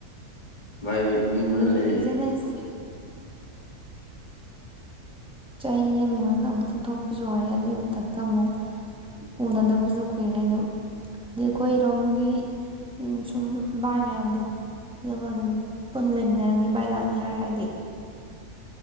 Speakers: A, on the left; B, in the centre.
A: ꯚꯥꯏꯍꯣꯏ ꯃꯅꯤꯡ ꯃ ꯂꯩ
B: ꯅꯩꯁꯦ ꯅꯩꯁꯦ
A: ꯃꯅꯤꯡ
B: ꯆꯍꯤ ꯑꯃꯒꯤ ꯃꯅꯨꯡꯗ ꯑꯃꯨꯛꯇꯪ ꯊꯣꯛꯄꯁꯨ ꯑꯣꯏꯔꯦ ꯑꯗꯨꯏ ꯃꯊꯛꯇ ꯑꯃꯨꯛ ꯎꯅꯗꯕꯁꯨ ꯀꯨꯏꯔꯦ ꯑꯗꯨꯝ ꯑꯩ ꯑꯩꯈꯣꯏꯔꯣꯝꯒꯤ ꯁꯨꯝ ꯚꯥꯏ ꯃꯌꯥꯝꯗꯣ ꯑꯗꯨꯒ ꯑꯗꯨꯝ ꯄꯨꯟꯅ ꯂꯩꯃꯤꯟꯅꯔꯝꯒꯦ ꯚꯥꯏ ꯂꯥꯛꯅꯤ ꯍꯥꯏꯔꯗꯤ